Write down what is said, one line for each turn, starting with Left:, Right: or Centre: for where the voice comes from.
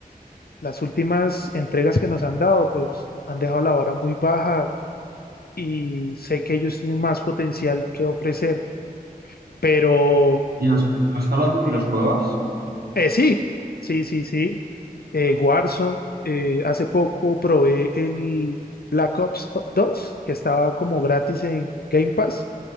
Left: las últimas entregas que nos han dado, pues han dejado la vara muy baja y sé que ellos tienen más potencial que ofrecer, pero
Right: ¿Y los, los Call of Duty los juegas?
Left: Eh, sí, sí, sí, sí. Eh, Warzone, eh, hace poco probé el Black Ops 2 que estaba como gratis en Game Pass,